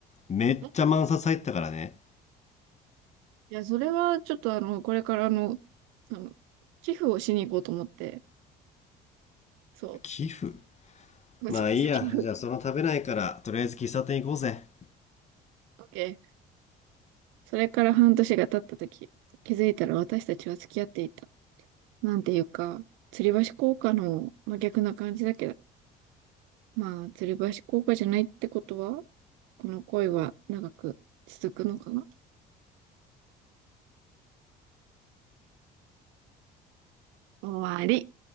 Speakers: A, on the left; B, on the right.
A: めっちゃ万札入ってたからね。
B: いいや、それは、ちょっとあの、これからあの、あの、寄付をしに行こうと思って、そ
A: 寄付
B: う。
A: まあいいや、
B: <laughs> その先の、
A: じゃあその食べないから、とりあえず喫茶店行こうぜ。
B: オッケー。それから半年が経った時、気づいたら私たちは付き合っていた。なんていうか、吊り橋効果の真逆な感じだけど、まあ、吊り橋効果じゃないってことは、この恋は長く続くのかな終わり。